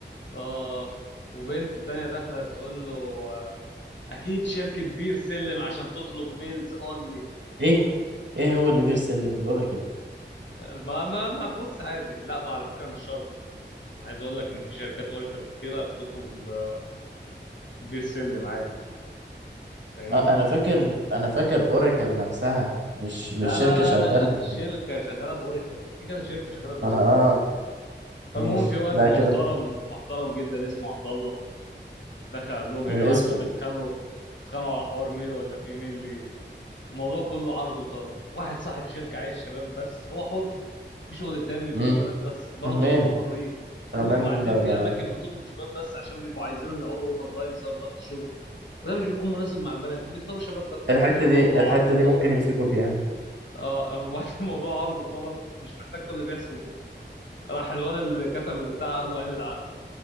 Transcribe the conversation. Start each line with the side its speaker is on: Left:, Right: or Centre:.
Left: اخ وبنت تانية داخله تقول له آه، اكيد شركه بير سلم عشان تطلب ميلز اونلي
Right: ايه ايه هو اللي بيرسلم دي اوراكل
Left: ما ما ما بص عادي لا بقى على فكره مش شرط انا عايز اقول لك ان في شركات اوراكل كتيره بتطلب آه، بير سلم عادي فاهمني
Right: اه انا فاكر انا فاكر اوراكل نفسها مش مش
Left: لا
Right: شركة
Left: لا لا
Right: شغالة
Left: لا لا شركه شغاله باوريكل في كذا شركه شغاله باوريكل
Right: انا اه
Left: فالمهم
Right: ماشي
Left: في واد
Right: لا
Left: محترم
Right: كده
Left: محترم جدا اسمه عبد الله دخل قال لهم
Right: من
Left: يا جماعه
Right: اسمه
Left: انتوا
Right: برضه
Left: تتخانقوا تتخانقوا على حوار ميل ولا في ميل الموضوع كله عرض وطلب واحد صاحب شركه عايز شباب بس هو حر في شغل تاني بيطلبوا
Right: امم
Left: بنات بس برضه
Right: فهمان
Left: هم حرين قال
Right: فهمان
Left: لهم وبعدين
Right: ده
Left: في
Right: ده
Left: اماكن بتطلب شباب بس عشان بيبقوا عايزينهم يقعدوا اوفر تايم بسبب ضغط الشغل وده مش بيكون مناسب مع البنات فبيختاروا شباب بس وفي
Right: الحتة
Left: الاخر الموضوع
Right: دي الحتة
Left: عرض وطلب
Right: دي ممكن يمسكوا فيها
Left: اه وبعد الموضوع <laughs> عرض وطلب مش محتاج كل اللي بيحصل ده راح الواد اللي كتب البتاع قال له عين العقل